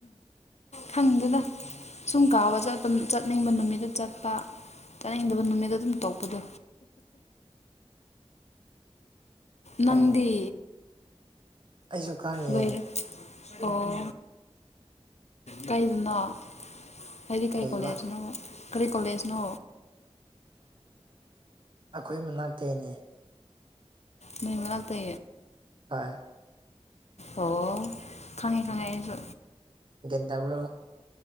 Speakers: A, on the left; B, on the right.
A: ꯈꯪꯗꯦꯗ ꯁꯨꯝ ꯀꯥꯎꯕ ꯆꯠꯄ ꯆꯠꯅꯤꯡꯕ ꯅꯨꯃꯤꯠꯇ ꯆꯠꯄ ꯇꯥꯅꯤꯡꯗꯕ ꯅꯨꯃꯤꯠꯠꯇ ꯑꯗꯨꯝ ꯇꯣꯛꯄꯗꯣ ꯅꯪꯗꯤ
B: ꯑꯣ ꯑꯩꯁꯨ ꯀꯥꯔꯤꯌꯦ
A: ꯂꯩꯔ ꯑꯣ ꯀꯩꯗꯅꯣ ꯍꯥꯏꯗꯤ ꯀꯩ
B: ꯀꯩꯕ
A: ꯀꯣꯂꯦꯖꯅꯣ ꯀꯔꯤ ꯀꯣꯂꯦꯖꯅꯣ
B: ꯑꯩꯈꯣꯏ ꯃꯅꯥꯛꯇꯅꯦ
A: ꯃꯤꯉ ꯇ
B: ꯍꯣꯏ
A: ꯑꯣ ꯈꯉꯩ ꯈꯉꯩꯁꯨ
B: ꯒ꯭ꯌꯥꯟ ꯇꯥꯕ꯭ꯔꯣ